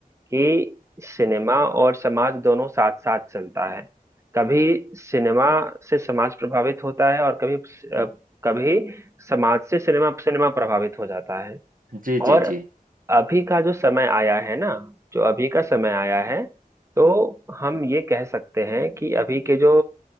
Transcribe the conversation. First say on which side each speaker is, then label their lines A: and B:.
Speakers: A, on the right (about 20°); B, on the right (about 65°).
A: कि सिनेमा और समाज दोनों साथ साथ चलता है कभी सिनेमा से समाज प्रभावित होता है और कभी अ, कभी समाज से सिनेमा सिनेमा प्रभावित हो जाता है
B: जी जी
A: और
B: जी
A: अभी का जो समय आया है ना जो अभी का समय आया है तो हम ये कह सकते हैं कि अभी के जो